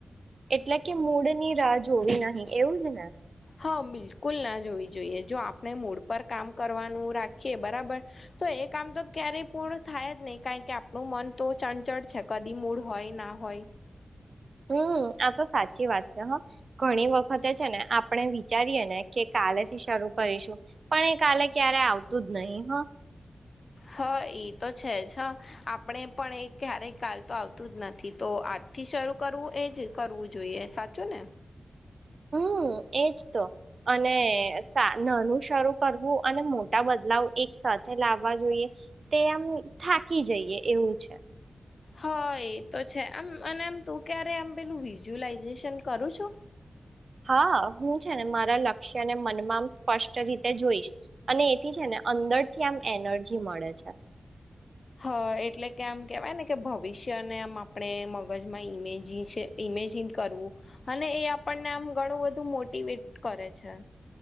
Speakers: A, on the right; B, on the left.
A: એટલે કે મૂળની રાહ જોવી નહીિ એવું છે ને
B: હા બિલકુલ ના જોવી જોઈએ જો આપણે મૂડ પર કામ કરવાનું રાખીએ બરાબર તો એ કામ તો ક્યારેય પૂર્ણ થાય જ નહીિ કારણ કે આપણું મન તો ચણચળ છે કદી મૂળ હોય ના હોય. <inaudible>
A: હમ આ તો સાચી વાત છે હ ઘણી વખતે છે ને આપણે વિચારીએે ને કે કાલેથી કરીશું પણ એ કાલે ક્યારે આવતું જ નહી હ
B: હ <unintelligible> હા એ તો છે જ હ આપણે પણ એ ક્યારેય કાલ તો આવતું જ નથી તો આજથી જ શરૂ કરવું એ જ કરવું જોઈએ સાચો ને
A: હમ એજ તો અને નાનું શરૂ કરવુંય્ અને મોટા બદલાવ એકસાથ લાવવા જોઈએ તે આમ થાકી જઈએ એવું છે.
B: હ એ તો છે આમ અને આમ તું ક્યારે આમ પેલું વિઝ્યુઅલાઈઝેશન કરું છો.
A: હા હું છે ને મારા લક્ષ્યને મનમાં આમ સ્પષ્ટ રીતે જોઈશ અને એથી છે ને અંદર થી આમ એનર્જી મળે છે.
B: હ <unintelligible> હા એટલે કે આમ કેવાય ને કે ભવિષ્યને આમ આપણે મગજમાં ઈમેજી છે. ઇમેજન કરવું અને એ આપણને આમ ઘણું બધું મોટવેટ કરે છે.